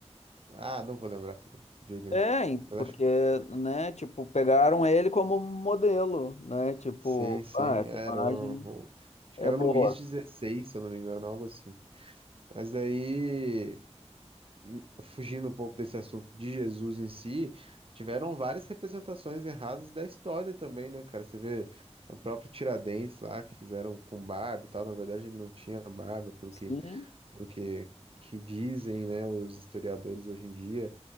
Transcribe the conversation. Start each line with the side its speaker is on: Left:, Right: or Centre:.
Right: Ah, não vou lembrar também, de jeito nenhum.
Left: É, e porque,
Right: Mas acho que
Left: né, tipo, pegaram ele como modelo, né? Tipo,
Right: sim, sim,
Left: ah, essa
Right: era
Left: imagem
Right: o, o- acho
Left: é
Right: que era
Left: boa.
Right: Luís dezesseis se eu não me engano, algo assim. Mas daí hum, fugindo um pouco desse assunto de Jesus em si, tiveram várias representações erradas da história também, né, cara? Você vê o próprio Tiradentes lá, que fizeram com barba e tal, na verdade ele não tinha barba, pelo
Left: Sim.
Right: que, pelo que, que dizem, né, os historiadores hoje em dia.